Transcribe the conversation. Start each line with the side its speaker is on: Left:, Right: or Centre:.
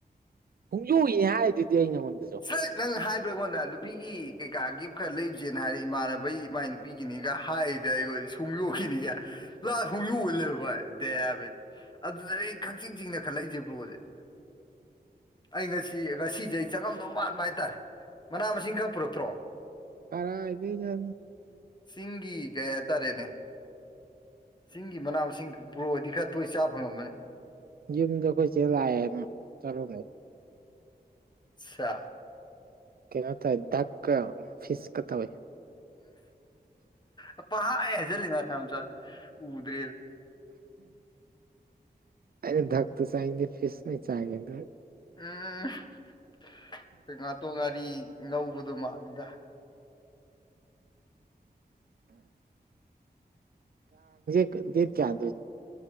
Right: ꯍꯣꯡꯗꯣꯛꯏꯅꯦ ꯍꯥꯏ ꯑꯗꯨꯗꯤ ꯑꯩ ꯅꯉꯣꯟꯗꯁꯨ
Left: ꯁꯠ ꯅꯪ ꯍꯥꯏꯕ꯭ꯔꯥ ꯑꯩꯉꯣꯟꯗ ꯅꯨꯄꯤꯒꯤ ꯀꯩꯀꯥꯒꯤ ꯈꯔ ꯂꯩꯕꯁꯦꯅ ꯍꯥꯏꯔꯦ ꯏꯃꯥꯟꯅꯕꯩ ꯃꯥꯏ ꯅꯨꯄꯤꯒꯤꯅꯤꯒ ꯍꯥꯏꯗ ꯑꯩꯈꯣꯏ ꯁꯣꯡ ꯌꯣꯛꯈꯤꯅꯤꯌꯦ ꯂꯥꯛ ꯁꯣꯡ ꯌꯣꯛꯑꯣ ꯂꯩꯕ ꯗꯦ ꯑꯗꯨꯗ ꯑꯩꯌꯦꯡ ꯀꯛꯆꯤꯡ ꯆꯤꯡꯅ ꯈꯜꯂꯛꯏꯁꯦ ꯕ꯭ꯔꯣꯁꯦ ꯑꯩ ꯉꯁꯤ ꯉꯁꯤꯖꯩ ꯆꯪꯉꯝꯗꯧ ꯃꯥꯟꯕ ꯍꯥꯏꯇꯥꯔꯦ ꯃꯅꯥ ꯃꯁꯤꯡ ꯈꯔ ꯄꯨꯔꯛꯇ꯭ꯔꯣ
Right: ꯀꯔꯥ ꯍꯥꯏꯗ ꯌꯥ
Left: ꯁꯤꯁꯤꯡꯒꯤ ꯀꯩ ꯑꯇꯥꯔꯦꯅꯦ ꯁꯤꯡꯒꯤ ꯃꯅꯥ ꯃꯁꯤꯡ ꯕ꯭ꯔꯣꯗꯤ ꯈꯔ ꯇꯣꯏ ꯆꯥ ꯐꯪꯉꯝꯕꯅꯦ
Right: ꯖꯤꯝꯗꯈꯣꯏ ꯆꯂꯑꯅ ꯆꯂ
Left: ꯑꯆꯥ
Right: ꯀꯩꯅ ꯊ ꯗꯙꯥꯛ ꯀ ꯐꯤꯤꯁ ꯀꯇꯥ ꯑꯣꯏ
Left: ꯎꯝ ꯄꯥꯏ ꯍꯥꯏꯖꯜꯂꯤꯅꯁꯥꯝ ꯆ ꯎꯗ꯭ꯔꯦ
Right: ꯑ ꯊꯛꯛꯇ ꯁꯥꯏꯦ ꯐꯤꯁꯃꯦ ꯆꯥꯒꯦ ꯅ
Left: ꯎꯝ ꯉꯥꯇꯣꯛ ꯉꯥꯔꯤ ꯉꯧꯕꯗꯣ ꯃꯥꯜꯂꯒ
Right: ꯀꯦ ꯗꯦꯠ ꯀꯗ